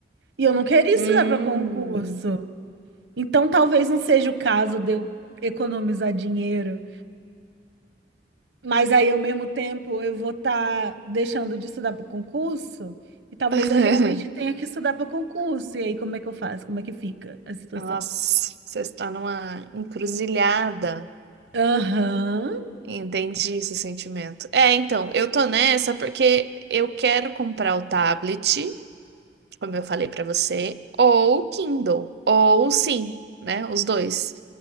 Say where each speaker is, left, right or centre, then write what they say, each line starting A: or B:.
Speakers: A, on the right; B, on the right.
A: E eu não queria
B: Hum,
A: estudar para concurso. Então, talvez não seja o caso de eu economizar dinheiro. Mas aí, ao mesmo tempo, eu vou estar deixando de estudar para concurso e talvez
B: <laughs>
A: eu realmente tenha que estudar para concurso. E aí, como é que eu faço? Como é que fica a situação?
B: Nossa, você está numa encruzilhada.
A: Aham,
B: Entendi esse sentimento. É, então, eu tô nessa porque eu quero comprar o tablet, como eu falei pra você, ou o Kindle, ou sim, né? Os dois.